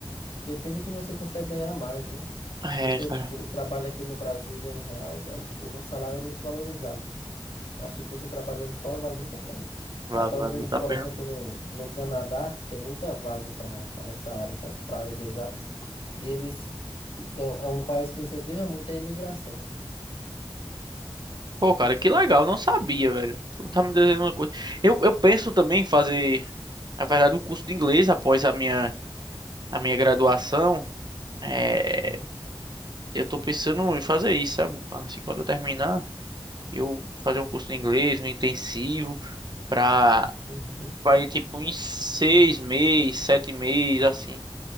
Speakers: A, on the left (about 80°); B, on the right (about 50°).
A: que é fim de que você consegue ganhar mais, né?
B: É,
A: Se você,
B: cara.
A: tipo, trabalha aqui no Brasil e ganha em real, é- o salário é muito desvalorizado. Mas, tipo, você trabalhando fora vale muito a pena.
B: Vale,
A: Aí Eu tava
B: vale
A: vendo,
B: muito
A: por
B: a pena.
A: exemplo, no, no Canadá, tem muita vaga para para essa área, sabe? Para área de exatas. E eles. e tem, um- é um país que incentiva muito a imigração.
B: Pô, cara, que legal. Não sabia, velho. Tu tá me dizendo uma coisa. Eu, eu penso também em fazer, na verdade, um curso de inglês após a minha, a minha graduação. É,
A: Uhum,
B: eu tô pensando em fazer isso, sabe? Assim, quando eu terminar, eu fazer um curso de inglês, um intensivo, pra,
A: uhum,
B: pra ir, tipo, em seis meses, sete meses, assim.